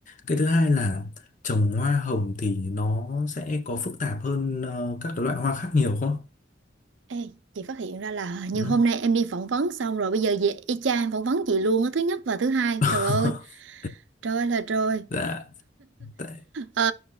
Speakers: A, on the left; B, on the right.
A: Cái thứ hai là trồng hoa hồng thì nó sẽ có phức tạp hơn ờ, các cái loại hoa khác nhiều không?
B: Ê, chị phát hiện ra là <laughs> hình
A: Ừ.
B: như hôm nay em đi phỏng vấn xong rồi bây giờ về y chang em phỏng vấn chị luôn á thứ nhất và thứ hai
A: <laughs>
B: trời ơi trời ơi là trời
A: Dạ. Tại-
B: Ờ,